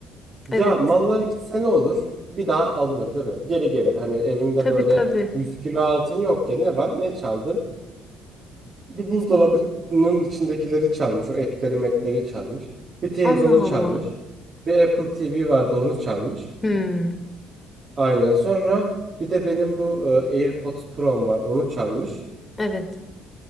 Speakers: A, on the right (about 40°); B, on the left (about 20°).
A: Ya
B: Evet.
A: mallar gitse ne olur? Bir daha alınır değil mi? Geri gelir. Hani evimde
B: Tabii
A: böyle
B: tabii.
A: 100 kilo altın yok ya ne var? Ne çaldı? Bir buzdolabının içindekileri çalmış. O etleri metleri çalmış. Bir televizyonu
B: Allah
A: çalmış.
B: Allah.
A: Bir Apple TV vardı onu çalmış.
B: Hmm.
A: Aynen. Sonra bir de benim bu e, AirPods Pro'm var onu çalmış.
B: Evet.